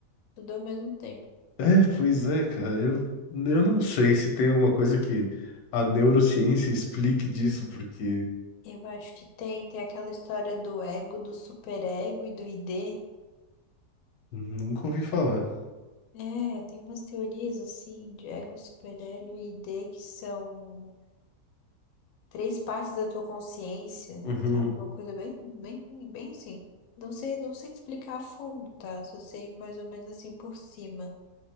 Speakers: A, on the left; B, on the left.
A: Tudo ao mesmo tempo.
B: É, pois é, cara, eu, eu não sei se tem alguma coisa que a neurociência explique disso, porque
A: Eu acho que tem. Tem aquela história do ego, do superego e do ID.
B: nunca ouvi falar.
A: É, tem umas teorias assim de ego, superego e ID que são. três partes da tua consciência,
B: Uhum.
A: sabe? Uma coisa bem, bem, bem assim. Não sei, não sei te explicar a fundo, tá? Só sei mais ou menos assim por cima.